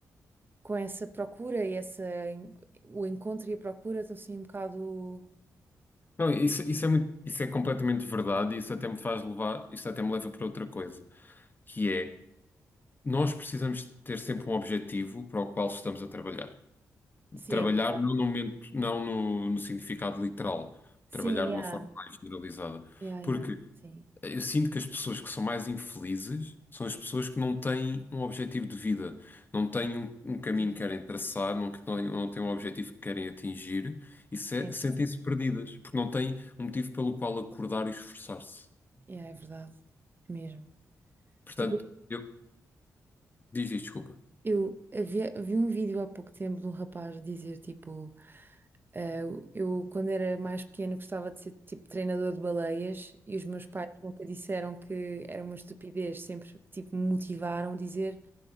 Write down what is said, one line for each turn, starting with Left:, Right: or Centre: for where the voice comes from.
Right: com essa procura e essa, en- o encontro e a procura estão assim um bocado.
Left: Não, isso, isso é muito, isso é completamente verdade, e isso até me faz levar, isso até me leva para outra coisa, que é Nós precisamos ter sempre um objetivo para o qual estamos a trabalhar.
Right: Sim,
Left: Trabalhar
Right: é-
Left: não no momento, não no, no significado literal,
Right: sim,
Left: trabalhar de
Right: yeah,
Left: uma forma mais generalizada.
Right: yeah,
Left: Porque
Right: yeah, sim,
Left: eu sinto que as pessoas que são mais infelizes são as pessoas que não têm um objetivo de vida, não têm um, um caminho
Right: sim,
Left: que querem traçar, não, que não, não têm um objetivo que querem atingir e se-
Right: sim,
Left: sentem-se perdidas, porque não têm um motivo pelo qual acordar e esforçar-se.
Right: yeah, é verdade, é mesmo.
Left: Portanto,
Right: Tipo,
Left: eu diz isto, desculpa.
Right: eu havia, vi um vídeo há pouco tempo de um rapaz dizer, tipo. Ah, eu, quando era mais pequena, gostava de ser tipo treinador de baleias e os meus pais nunca disseram que era uma estupidez, sempre tipo me motivaram a dizer: